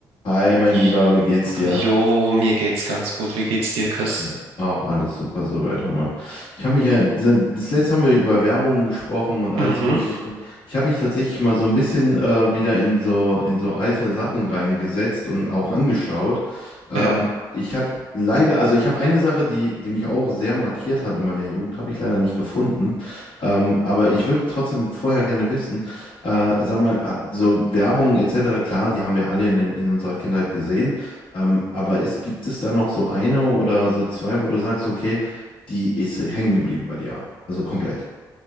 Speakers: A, on the left; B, on the right.
A: Hi, mein
B: Ich,
A: Lieber, wie geht's dir?
B: jo, mir geht's ganz gut. Wie geht's dir, Chris?
A: Ja, auch alles super soweit, hör mal. Ich habe mich ja, das letzte haben wir über Werbungen gesprochen und alles
B: Mhm,
A: Mögliche. Ich habe mich tatsächlich mal so ein bisschen äh, wieder in so, in so alte Sachen reingesetzt und auch angeschaut. Ähm,
B: ja. <clears throat>
A: ich habe leider, also ich habe eine Sache, die, die mich auch sehr markiert hat in meiner Jugend, habe ich leider nicht gefunden. Ähm, aber ich würde trotzdem vorher gerne wissen, äh, sag mal, äh, so Werbung etc., klar, die haben wir alle in, den- in unserer Kindheit gesehen. Ähm, aber ist, gibt es da noch so eine oder so zwei, wo du sagst, okay, die ist hängen geblieben bei dir? Also komplett.